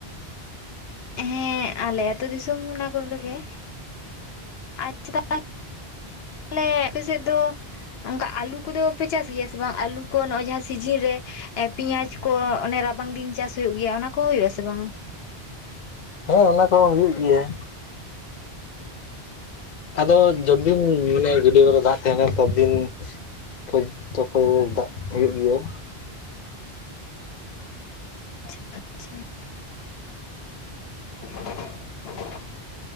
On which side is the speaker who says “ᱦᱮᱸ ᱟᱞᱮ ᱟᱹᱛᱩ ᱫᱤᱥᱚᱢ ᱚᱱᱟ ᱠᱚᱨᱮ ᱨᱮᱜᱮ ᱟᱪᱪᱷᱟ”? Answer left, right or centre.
Left